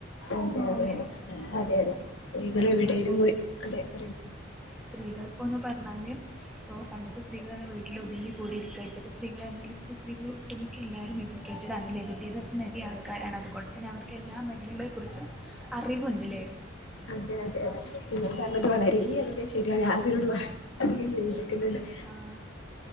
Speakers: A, on the left; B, in the centre.
A: അതെ അതെ
B: അല്ലെ
A: അതെ അതെ അതെ നിങ്ങൾ എവിടെലും
B: നിങ്ങളിപ്പം
A: പോയി അതെ പറയൂ
B: സ്ത്രീകൾ ഇപ്പോൊന്ന് പറഞ്ഞാല് ഇപ്പൊ പണ്ടത്തെ സ്ത്രീകൾ വീട്ടിൽ ഒതുങ്ങി കൂടിയിരിക്കുക ഇപ്പോത്തെ സ്ത്രീകൾ അർ ഞ്ഞാൽ ഇപ്പത്തെ സ്ത്രകൾ ഒട്ടുമിക്ക എല്ലാവും എജ്യൂക്കേറ്റഡ് ആണല്ലേ വിദ്യാഭ്യാസ നടി ആൾക്കാരാണ് അതുകൊണ്ട് തന്നെ അവർക്ക് എല്ലാ മേഖലകളെ കുറിച്ചും അറിവുണ്ട്ല്ലേ
A: അതെ അതെ അതെ നിന്നെ പറഞ്ഞത് വളര അധികം ശരിയാണ് യാതിനോട് അധികം യോജിക്ക <unintelligible> ന്നെ <unintelligible>
B: ആ